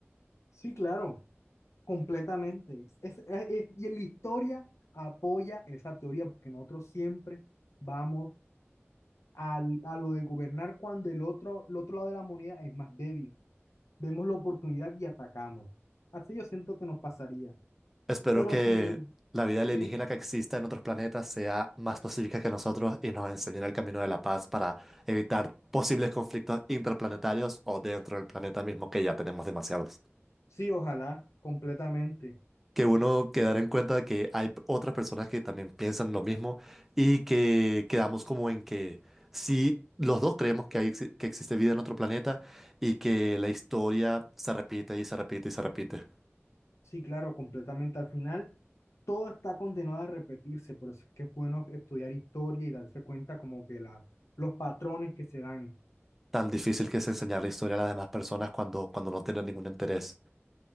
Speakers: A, on the left; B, in the centre.
A: sí, claro, completamente. Es- es- es- y en la historia apoya esa teoría porque nosotros siempre vamos al- a lo de gobernar cuando el otro, el otro lado de la moneda es más débil. Vemos la oportunidad y atacamos. Así yo siento que nos pasaría.
B: Espero
A: Pero
B: que
A: sí,
B: la vida alienígena
A: sí,
B: que exista en otros planetas sea más pacífica que nosotros y nos enseñen el camino de la paz para evitar posibles conflictos interplanetarios o dentro del planeta mismo, que ya tenemos demasiados.
A: sí, ojalá, completamente.
B: Que uno quedar en cuenta de que hay otras personas que también piensan lo mismo y que quedamos como en que si los dos creemos que, hay, exi- que existe vida en otro planeta y que la historia se repite y se repite y se repite.
A: Sí, claro, completamente. Al final, todo está condenado a repetirse. Por eso es que es bueno estudiar historia y darse cuenta como que la, los patrones que se dan.
B: Tan difícil que es enseñar la historia a las demás personas cuando, cuando no tienen ningún interés.